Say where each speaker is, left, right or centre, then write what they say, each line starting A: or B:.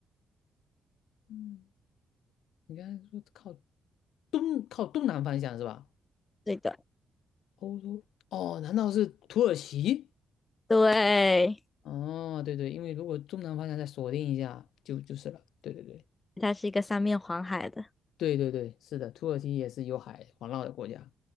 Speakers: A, on the left; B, on the left.
A: 嗯，你刚才说靠东靠东南方向是吧？
B: 对的，
A: 欧洲哦，难道是土耳其？
B: 对，
A: 哦，对对，因为如果东南方向再锁定一下，就就是了。对对对。
B: 它是一个三面环海的，
A: 对对对，是的，土耳其也是有海环绕的国家。